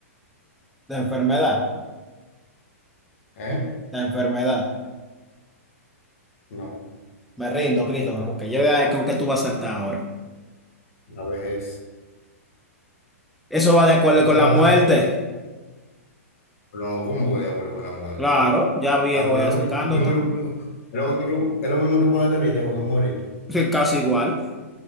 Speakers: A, in the centre; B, on the left.
A: La enfermedad.
B: ¿Eh?
A: La enfermedad.
B: No.
A: Me rindo, Cristo, porque yo vea con qué tú vas a saltar ahora.
B: La vejez.
A: Eso va de acuerdo
B: ¿Te atreves
A: con la
B: a
A: muerte.
B: decir? No, como que de acuerdo con la muerte?
A: Claro, ya viejo
B: Ah, pero
A: ahí
B: es
A: acercándote.
B: lo mismo, es lo mismo, es lo mismo tú- es lo mismo tú ponerte viejo que morirte.
A: <laughs> Casi igual.